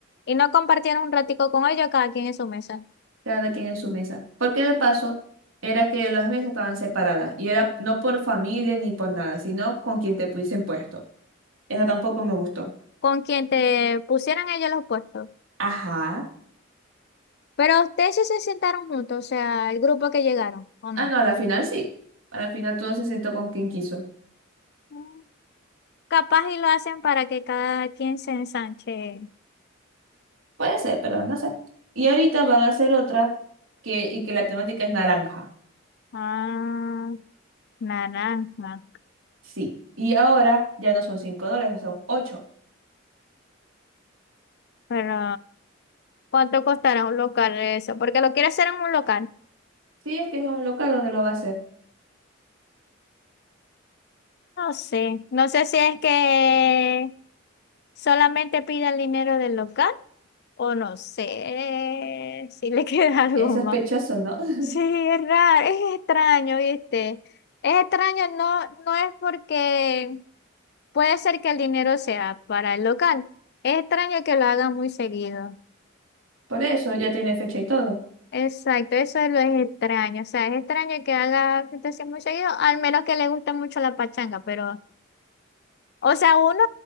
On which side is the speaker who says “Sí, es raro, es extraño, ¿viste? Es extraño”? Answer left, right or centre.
Left